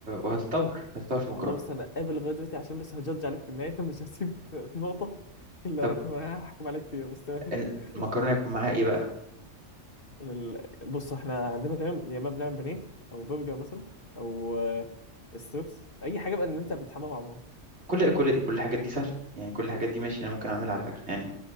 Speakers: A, on the right; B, on the left.
A: وهتتطور هتتطور في مكرونة
B: والله بص انا قابل لغايه دلوقتي عشان بس هجدج عليك في النهايه <laughs> مش هسيب نقطه الا
A: طب
B: لو هحكم عليك فيها بس تمام
A: ال-
B: <laughs>
A: المكرونة يكون معاها ايه بقى
B: أنا ال- بص احنا عندنا دايما يا اما بنعمل بانيه او برجر مثلا او آه، ستوبس اي حاجه بقى ان انت بتحمى بعمره
A: كل كل كل الحاجات دي سهلة يعني كل الحاجات دي ماشي انا ممكن اعملها على فكرة يعني